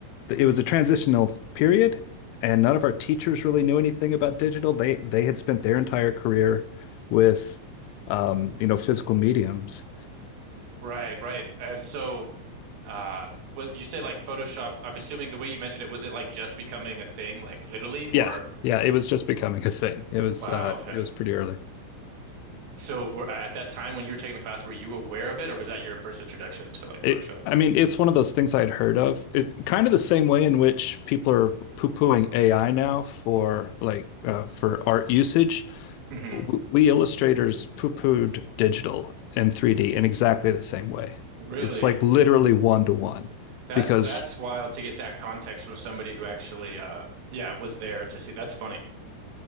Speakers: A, on the left; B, on the right.
A: it was a transitional period and none of our teachers really knew anything about digital. They they had spent their entire career with, um, you know, physical mediums.
B: Right, right. And so, uh, was you say like Photoshop? I'm assuming the way you mentioned it, was it like just becoming a thing, like literally, or?
A: Yeah, yeah, it was just becoming a thing. It was
B: Wow,
A: uh,
B: okay.
A: it was pretty early.
B: So were, at that time when you were taking the class, were you aware of it, or was that your first introduction to like
A: It,
B: Photoshop?
A: I mean, it's one of those things I'd heard of. It kind of the same way in which people are poo-pooing AI now for like uh, for art usage.
B: hmm
A: W- We illustrators poo-pooed digital and 3D in exactly the same way.
B: Really?
A: It's like literally one to one
B: That's
A: because
B: that's wild to get that context from somebody who actually, uh, yeah, was there to see. That's funny